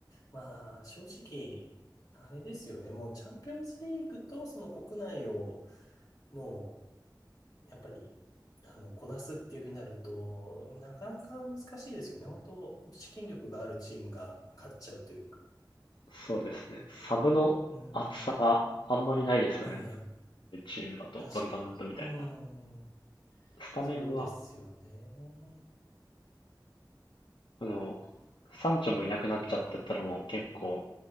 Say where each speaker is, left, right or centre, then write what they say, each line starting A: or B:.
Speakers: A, on the left; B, on the left.
A: まあ、正直、あれですよね。もうチャンピオンズリーグとその国内を、もう、やっぱり、あの、こなすっていうふうになると、なかなか難しいですよね。本当、資金力があるチームが勝っちゃうというか。
B: そうですね。サブの厚さがあんまりないですよね。
A: うん。はいはい。
B: チームだと、
A: 確かに。
B: ドルトムントみたいな。
A: うん。
B: スタメンは、
A: そうですよね。
B: でも、サンチョもいなくなっちゃってたらもう結構